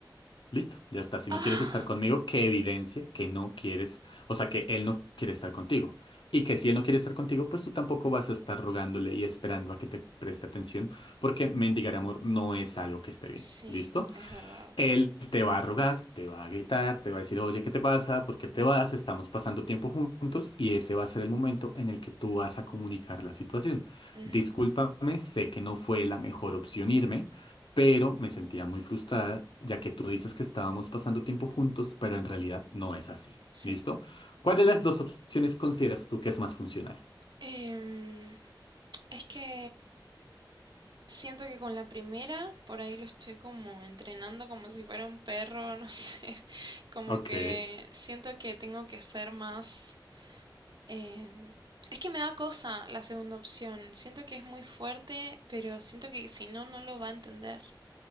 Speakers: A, on the left; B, on the right.
A: Listo, ya está. Si
B: Ah,
A: no quieres estar conmigo, que evidencie que no quieres, o sea, que él no quiere estar contigo. Y que si él no quiere estar contigo, pues tú tampoco vas a estar rogándole y esperando a que te preste atención, porque mendigar amor no es algo que esté bien.
B: sí,
A: ¿Listo?
B: es verdad.
A: Él te va a rogar, te va a gritar, te va a decir, oye, ¿qué te pasa? ¿Por qué te vas? Estamos pasando tiempo juntos y ese va a ser el momento en el que tú vas a comunicar la situación.
B: Ujú,
A: Discúlpame, sé que no fue la mejor opción irme, pero me sentía muy frustrada, ya que tú dices que estábamos pasando tiempo juntos, pero en realidad no es así.
B: Sí.
A: ¿Listo? ¿Cuál de las dos opciones consideras tú que es más funcional?
B: Em, es que siento que con la primera, por ahí lo estoy como entrenando como si fuera un perro, no sé. <laughs> Como
A: Ok.
B: que siento que tengo que ser más... Em, es que me da cosa la segunda opción. Siento que es muy fuerte, pero siento que si no, no lo va a entender.